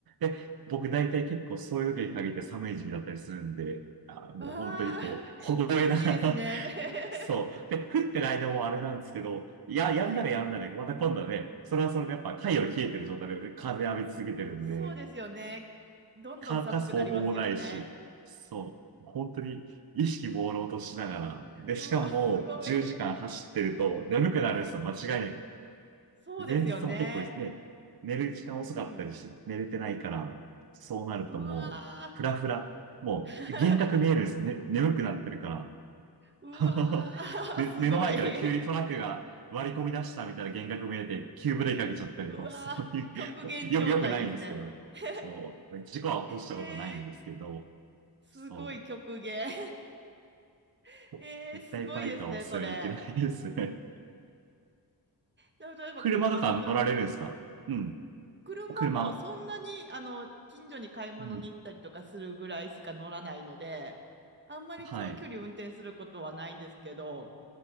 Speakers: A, on the right; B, on the right.
A: で、僕大体結構そういう時に限って寒い時期だったりするんで、あ、もう本当にこう、
B: ああー、
A: 凍えながら、
B: 厳しいですね。
A: <laughs>
B: <laughs>
A: そう。で、降ってる間もあれなんですけど、いや、やんだらやんだら、
B: はい。
A: また今度はね、それはそれでやっぱ太陽冷えてる状態で風浴び続けてるんで、
B: そうですよね。どんどん寒くなりますよね。
A: 乾かす方法もないし、そう、本当に意識朦朧としながら、で、
B: うわ、
A: しかも10時間走ってると眠くなるんですよ、
B: すごい。はい。
A: 間違いなく。
B: そうですよね。
A: 前日も結構ね、寝る時間遅かったりして寝れてないから、
B: うん。
A: そうなるともう、
B: うわ
A: ふらふら、もう幻覚見えるんですよね、
B: ー。<laughs>
A: 眠くなってるから。
B: うわー、
A: <laughs> で、
B: すごい。
A: 目の前から急にトラックが割り込み出したみたいな幻覚見えて、急ブレーキかけちゃったりとか、
B: うわー、
A: そういう、
B: 極限状態ですね。
A: <laughs> よくよくないんですけど、
B: <laughs>
A: そう、事故は起こしたことないんですけど、
B: えー、すごい極限。
A: そ
B: <laughs>
A: う、
B: えー、
A: 絶対バイクはお勧めできないですね。
B: すごいですね、それ。だ例えば車とか
A: <laughs> 車とか乗られるんですかうん。
B: 車もそんなにあの近所に買い物に行ったりとかするぐらいしか乗らないので、
A: 車。うん。
B: あんまり長距離運転することはないんですけど、
A: はい。